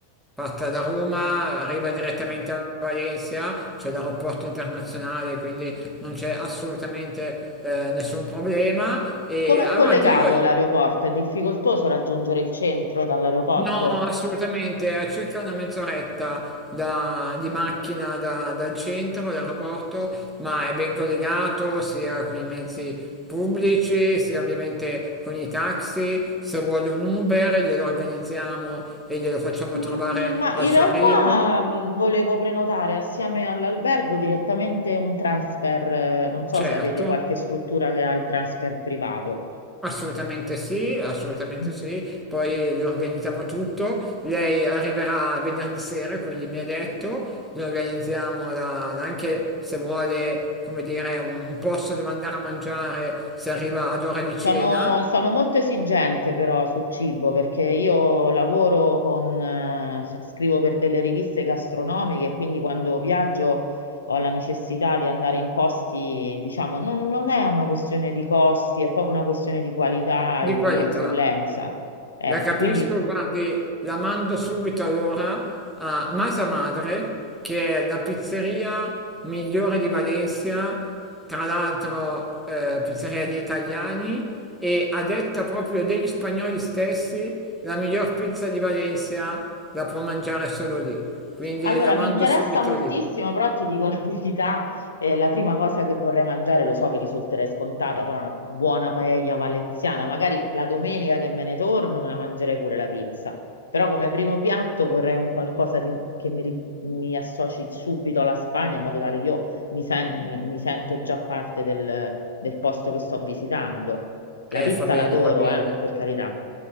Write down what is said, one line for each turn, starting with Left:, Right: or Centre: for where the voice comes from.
Centre: Parta da Roma, arriva direttamente a Valencia, c'è l'aeroporto internazionale, quindi non c'è assolutamente eh, nessun problema. E
Left: Com'è
Centre: allora,
Left: collegato
Centre: Dio
Left: l'aeroporto? È difficoltoso raggiungere il centro dall'aeroporto?
Centre: No, assolutamente, a circa una mezz'oretta da- di macchina da- dal centro, dall'aeroporto, ma è ben collegato sia con i mezzi pubblici, sia ovviamente con i taxi. Se vuole un Uber, glielo organizziamo e glielo facciamo
Left: Mm,
Centre: trovare
Left: Ma
Centre: al
Left: in
Centre: suo
Left: realtà
Centre: arrivo.
Left: mm, volevo prenotare assieme all'albergo direttamente un transfer, eh, non so
Centre: Certo,
Left: se avete qualche struttura che ha il transfer privato.
Centre: Assolutamente sì, assolutamente
Left: Mm.
Centre: sì, poi le organizziamo tutto, lei arriverà venerdì sera, quindi mi ha detto, le organizziamo la- anche se vuole, come dire, un, un posto dove andare a mangiare, se arriva ad ora di cena,
Left: Sono, sono molto esigente però sul cibo perché io lavoro con, eh, cioè, scrivo per delle riviste gastronomiche, quindi quando viaggio ho la necessità di andare in posti, diciamo, non, non è una questione di costi, è proprio una questione di qualità e
Centre: di qualità.
Left: di eccellenza. Ecco,
Centre: La capisco,
Left: quindi...
Centre: guardi, la mando subito allora a Masa Madre, che è la pizzeria migliore di Valencia, tra l'altro eh, pizzeria degli italiani e a detta proprio degli spagnoli stessi, la miglior pizza di Valencia la può mangiare solo lì. Quindi
Left: Allora,
Centre: la mando
Left: mi interessa
Centre: subito
Left: moltissimo,
Centre: lì.
Left: però ti dico la <laughs> verità, eh, la prima cosa che vorrei mangiare, lo so che risulterei scontata, però una buona paella valenziana, magari la domenica che me ne torno me la mangerei pure la pizza, però come primo piatto vorrei un qualcosa di un- che mi, ri- mi associ subito alla Spagna, in modo tale che io mi, sen- mi- mi sento già parte del, del posto che sto visitando. La
Centre: Eh,
Left: pizza
Centre: fa bene,
Left: l'adoro,
Centre: fa bene.
Left: eh, per carità.